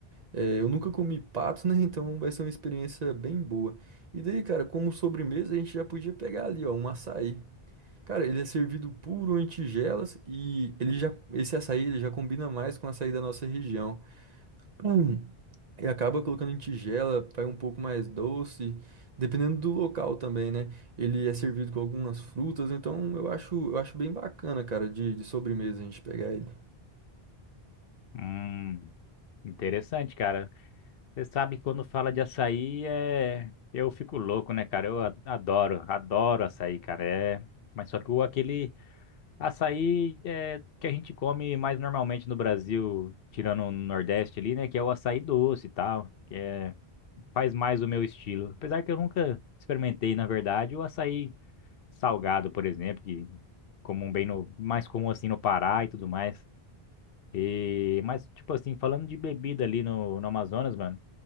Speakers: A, on the right; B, on the left.
A: É, eu nunca comi pato, <laughs> né? Então vai ser uma experiência bem boa. E daí, cara, como sobremesa, a gente já podia pegar ali, ó, um açaí. Cara, ele é servido puro em tigelas e ele já, esse açaí ele já combina mais com o açaí da nossa região. Hum. E acaba colocando em tigela, vai um pouco mais doce, dependendo do local também, né? Ele é servido com algumas frutas, então eu acho, eu acho bem bacana, cara, de, de sobremesa a gente pegar ele.
B: Hum, interessante, cara. Você sabe que quando fala de açaí, é... eu fico louco, né, cara? Eu a- adoro, adoro açaí, cara. É... Mas só que o aquele Açaí é que a gente come mais normalmente no Brasil, tirando o Nordeste ali, né? Que é o açaí doce e tal, que é, faz mais o meu estilo. Apesar que eu nunca experimentei, na verdade, o açaí salgado, por exemplo, que comum bem no, mais comum assim no Pará e tudo mais. E, mas, tipo assim, falando de bebida ali no, no Amazonas, mano,